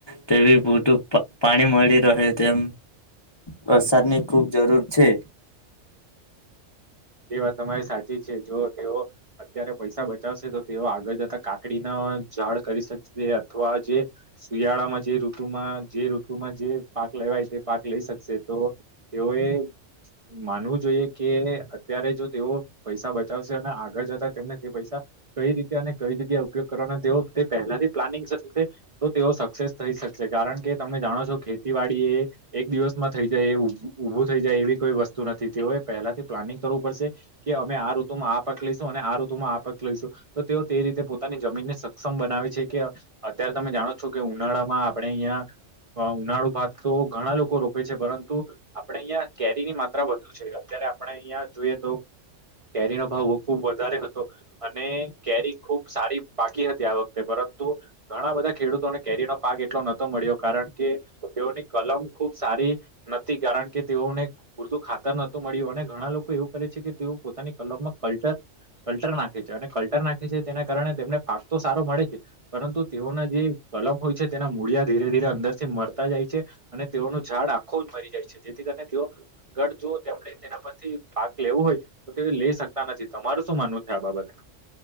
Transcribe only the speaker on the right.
તે વાત તમારી સાચી છે, જો તેઓ અત્યારે પૈસા બચાવશે તો તેઓ આગળ જતા કાકડીના ઝાડ કરી શકશે અથવા જે શિયાળા માં જે ઋતુમાં જે ઋતુમાં જે પાક લેવાય તે પાક લઈ શકશે તો તેઓએ માનવું જોઈએ કે અત્યારે જો તેઓ પૈસા બચાવશે અને આગળ જતા. તેમને તે પૈસા કઈ રીતે અને કઈ જગ્યા ઉપયોગ કરવાનો તેવો તે પહેલાથી પ્લાનિંગ તો તેઓ સક્સેસ થઈ શકશે કારણ કે તમે જાણો છો ખેતીવાડી એ એક દિવસમાં થઈ જાય. ઉભું થઈ જાય એવી કોઈ વસ્તુ નથી તેઓએ પહેલાથી પ્લાનિંગ કે અમે આ ઋતુમાં આ પક લઈશું અને આ ઋતુમાં આ પક લઈશું તો તેઓ તે રીતે પોતાની જમીન ને સક્ષમ બનાવે છે કે અત્યારે તમે જાણો છો કે ઉનાળા માં આપણે અહિયાં ઉનાળુ ભાત તો ઘણા લોકો રોપે છે પરંતુ આપડણે અહિયાં કેરી ની માત્રા વધુ છે અત્યારે આપણે અહિયાં જોઈએ તો કેરી નો ભાવ ખુબ વધારે હતો અને કેરી ખુબ સારી બાકી હતી આ વખતે પરંતુ ઘણા બધા ખેડૂતોને કેરીનો પાક એટલો નતો મળ્યો કારણ કે તેઓની કલમ ખુબ સારી નથી કારણ કે તેઓને પૂરતું ખાતર નતું મળ્યું અને ઘણા લોકો એવું કરે છે કે તેઓ પોતાની કલમાં ક કલ્ટર નાખે છે અને કલ્ટર નાખે છે તેના કારણે તેમને પાક તો સારો મળે છે પરંતુ તેઓના જે કલમ હોય છે તેના મૂળિયા ધીરે ધીરે અંદર મળતા જાય છે અને તેઓનું ઝાડ આખો જ મરી જાય છે જેથી કરીને તેઓ ગઢ જો તેમણે તેના પરથી પાક લેવું હોય તો તે લઈ શકતા નથી તમારું શું માનવું છે આ બાબતે